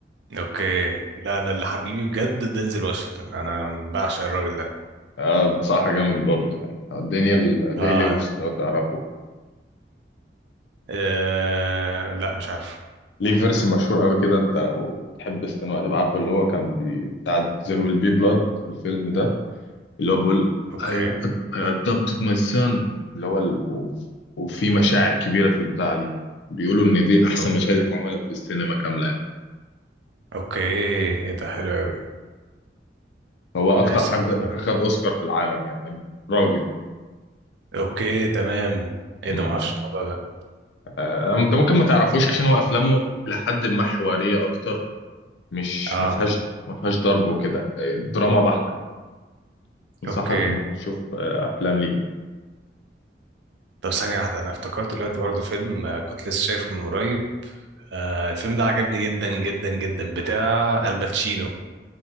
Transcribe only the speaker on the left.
اه بصراحه جامد برضه يعني دانيال
داي لويس لو تعرفه
ليه فيرس مشهور قوي كده انت لو تحب السينما هتبقى عارفه اللي هو كان بي... بتاع زير ويل بي بلاد الفيلم ده اللي هو بيقول
I, I adopted my son اللي هو ال... و- وفي مشاعر كبيرة في البتاعة دي بيقولوا إن دي أحسن
مشاهد اتعملت في السينما كاملة يعني
هو أكتر
حد
أخد
أوسكار في العالم يعني راجل
مم.
أنت ممكن ما تعرفوش عشان هو أفلامه لحد ما حوارية أكتر مش
ما فيهاش ما فيهاش ضرب وكده دراما بحتة أنصحك
إنك تشوف آه، أفلام ليه